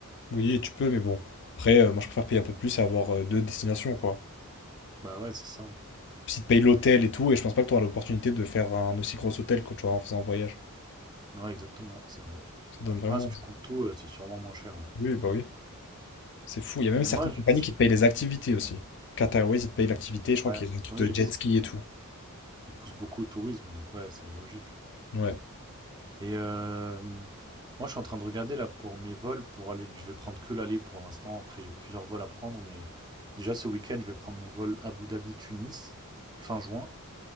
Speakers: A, on the left (about 55°); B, on the right (about 20°).
A: Oui, tu peux, mais bon. Après, euh, moi, je préfère payer un peu plus et avoir euh, deux destinations, quoi.
B: Bah ouais, c'est ça.
A: Puis si tu payes l'hôtel et tout, et je pense pas que tu auras l'opportunité de faire un aussi gros hôtel que tu auras en faisant un voyage.
B: Ouais, exactement, c'est vrai.
A: Ça donne vraiment.
B: Ah, si tu comptes tout, euh, c'est sûrement moins cher, ouais.
A: Oui, bah oui. C'est fou. Il y a même certaines
B: Et moi, je
A: compagnies
B: suis...
A: qui te payent les activités aussi. Qatar Airways, ils te payent l'activité. Je crois
B: Ouais,
A: qu'il y a un truc
B: ah oui,
A: de jet
B: parce
A: ski et tout.
B: qu'ils poussent beaucoup au tourisme, donc ouais, c'est logique.
A: Ouais.
B: Et euh, moi, je suis en train de regarder, là, pour mes vols, pour aller... Je vais prendre que l'aller pour l'instant. Après, j'ai plusieurs vols à prendre, mais déjà, ce week-end, je vais prendre mon vol Abu Dhabi-Tunis, fin juin.